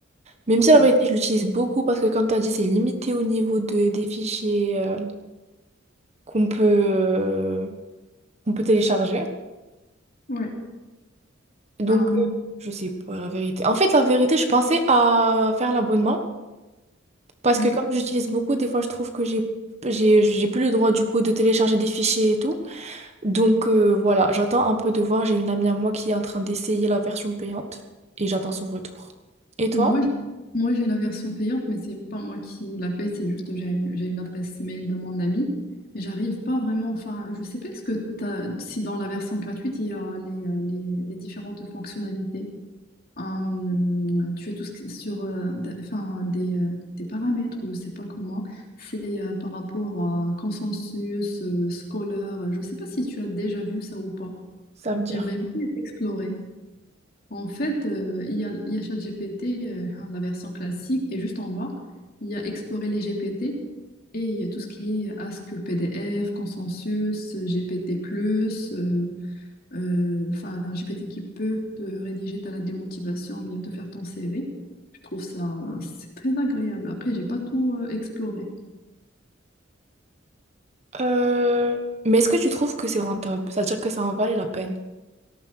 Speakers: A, on the right; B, on the left.
A: Même si la
B: Ouais.
A: vérité, je l'utilise beaucoup parce que, comme tu as dit, c'est limité au niveau de, des fichiers. euh, qu'on peut, euh, qu'on peut télécharger.
B: Ouais.
A: Donc,
B: Euh,
A: euh, je sais pas la vérité. En fait, la vérité, je pensais à faire l'abonnement parce
B: ouais.
A: que comme j'utilise beaucoup, des fois, je trouve que j'ai j'ai j'ai plus le droit du coup de télécharger des fichiers et tout. Donc euh, voilà, j'attends un peu de voir. J'ai une amie à moi qui est en train d'essayer la version payante et j'attends son retour. Et toi?
B: Moi, j- moi, j'ai la version payante, mais c'est pas moi qui la paye. C'est juste j'ai une, j'ai une adresse mail de mon ami, mais j'arrive pas vraiment. Enfin, je sais pas. Est-ce que t'as, si dans la version gratuite, il y a les, euh, les les différentes fonctionnalités. Hum, tu as tout ce que- sur euh, de- enfin, des, euh, des paramètres ou je sais pas comment, c'est euh, par rapport à consensus euh, scolaire. Je sais pas si tu as déjà vu ça ou pas.
A: Ça veut dire.
B: J'aimerais bien explorer. En fait, euh, il y a, il y a ChatGPT, euh, hein, la version classique, et juste en bas, il y a explorer les GPT et il y a tout ce qui est euh, Ask PDF, consensus, GPT+, euh, enfin, un GPT qui peut te rédiger ta lettre de motivation, bien te faire ton CV. Je trouve ça, c'est très agréable. Après, j'ai pas tout euh, exploré.
A: Euh, Mais est-ce que tu trouves que c'est rentable? C'est-à-dire que ça en valait la peine?